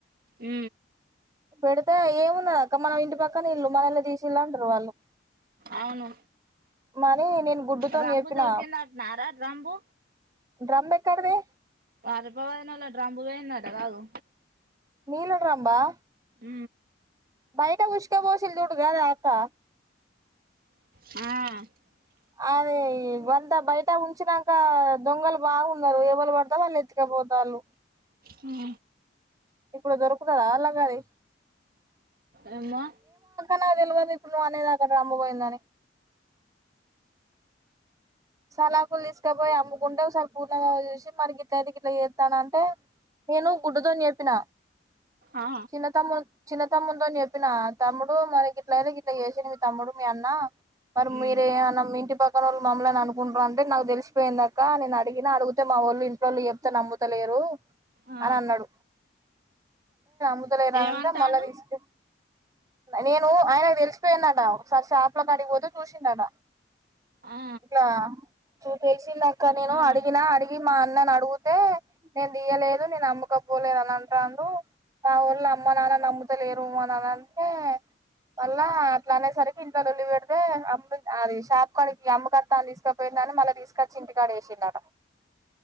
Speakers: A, on the right; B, on the right.
A: ఉ
B: పెడితే ఏమున్నా అక్క మనం ఇంటి పక్కన ఇల్లుు మనళ తీసిళ్ళ అంటారు వాళ్ళు
A: అవును
B: మని నేను గుడ్డుతోని
A: రాంబు
B: చెప్పిన
A: దొరికిందట నా ర రాంబు
B: డ్రమ్ ఎక్కడిది
A: వాలపా వదినాల డ్రంపు పోయిందట గాదు
B: నీళ్ల డ్రంబ్ ఆ
A: ఊ
B: బయట ఉష్క పోసలు చడుగాదాకా
A: ఆ
B: అది వంత బయట ఉంచినక దొంగలు బాగున్నారు ఏవలు పడితే వాళ్ళు ఎత్తికపోతాలు
A: ఆ
B: ఇప్పుడు దొరుకుత రా అలా గది
A: ఏమో
B: నాకు తెలివదు ఇప్పుడు అనేదాక డ్రంబ్ పోయిందని సలకులు తీసుకబోయ్ గుండె ఒకసారి పూర్ణంగా చేసి మనకి ఇట్ల అయితే ఇట్లా చేస్తాన అంటే నేను గుడ్డుదు అని చెప్పిన
A: ఆ
B: చిన్నత మ్ము చిన్నత తమ్ముంద అని చెప్పిన తమ్ముడు మనకి ఇట్లయితే ఇట్లా చేసాన మీ తమ్ముడు మీ అన్న ప
A: ఉమ్
B: మేర ఆనమీ పక్కనొళ్ళు మమలా న అంట్ర అంటే నాకు తెలిసిపోయిందాక నేను అడిగినా అడిగితే మా వాళ్ళు ఇంట్లోళ్ళు చెప్తే నమ్ముతలేరు
A: ఆ
B: అని అన్నాడు ముదలై రాంట
A: ఏమంటాండు
B: మళ్ల తీసుకు నేను ఆయనకు తెలిసిపోయిందట ఒకసారి షాప్ లో ద అడిగిపోతే చూసిందట
A: ఆ
B: ఇట్లా తెల్సింది అక్క నేను
A: ఆ
B: అడిగినా అడిగి మా అన్నని అడిగితే నేను దియలేదు నేను నమ్మకపోలేదు అని అంటుాను నా ఊళ్ళ అమ్మ నాన్నని నమ్ముతలేరు అని అని అంటే మళ్ళ అట్లా అనేసరికి ఇంట్లో లొల్లి పెడితే అమ్ అది షాప్ కాని అమ్మక తాను తీసుకపోయింద దాన్ని మళ్ళీ తీసుకొచ్చి ఇంటికాడ వేసిండట